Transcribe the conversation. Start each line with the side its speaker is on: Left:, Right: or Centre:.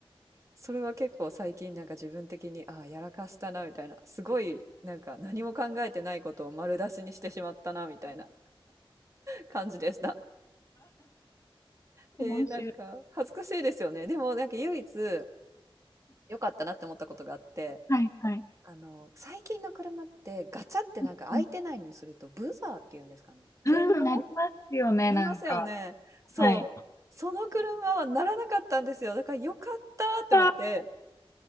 Right: それは結構最近なんか自分的に、ああ、やらかしたな、みたいな、すごいなんか何も考えてないことを丸出しにしてしまったな、みたいな感じでした。えー、
Left: 面白い
Right: なんか恥ずかしいですよね。でもなんか唯一良かったなって思ったことがあって、
Left: はいえああうんうんはいはい。
Right: あの、最近の車ってガチャってなんか開いてないのにするとブザーっていうんですかね。
Left: うん、うんなりますよね、
Right: 警報なりますよね。
Left: なんか。
Right: そう。
Left: はい。
Right: その車はならなかったんですよ。だからよかったって思って、
Left: あ